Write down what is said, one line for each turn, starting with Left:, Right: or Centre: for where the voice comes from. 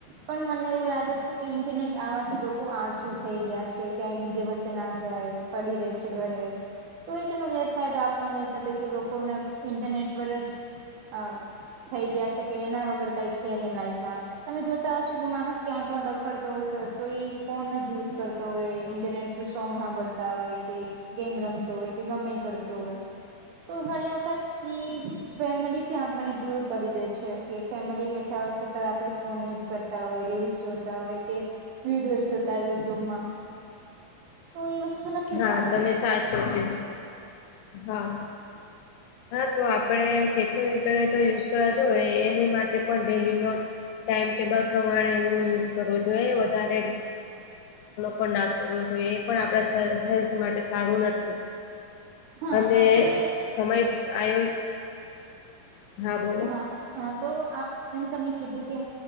Right: પણ મને એવું લાગે છે કે ઇન્ટરનેટ આવવાથી લોકો આળસું થઈ ગયા છે ક્યાંય બીજે વચ્ચે ના જાય પડી રહે છે ઘરે તો એ એકનો ગેરફાયદો આપ પણ કહી શકી કે લોકોને ઇન્ટરનેટ પર જ હમ થઈ ગયા છે કે એના વગર કઈ છે નઈ લાઈફમાં તમે જોતા હશો કે માણસ ક્યાંય પણ રખડતો હશે તો એ ફોન જ યુઝ કરતો હોય ઇન્ટરનેટ થુ સોંગ સાંભળતા હોય કે ગેમ રમતો હોય કે ગમે કરતો હોય તો ઘણી વખત ફેમિલી, આપને દૂર કરી દે છે કે ફેમિલી બેઠા હોય છતાં આપડે ફોન યુઝ કર હોય રીલસ જોતા હોય કે વિડીયો જોતા હોય યુટ્યુબમાં તો વસ્તુ નથી
Left: હા
Right: સારી
Left: તમે સાચો આપ આપી દ હા
Right: <inaudible>
Left: હા તો આપડ કેટલો ઇન્ટરનેટ યુઝ કરજો એની માટે પણ ડેલી નોટ ટાઈમ ટેબલ પ્રમાણે ો જોઈએ વધય ફન પણ ના કરવો જોઈએ એ પણ આપ <unintelligible> હેલ્થ માટે સારું નથી
Right: હા
Left: અને
Right: આપણે
Left: સમય આયો હા બો
Right: હા હા તો આમ તમે કીધું કે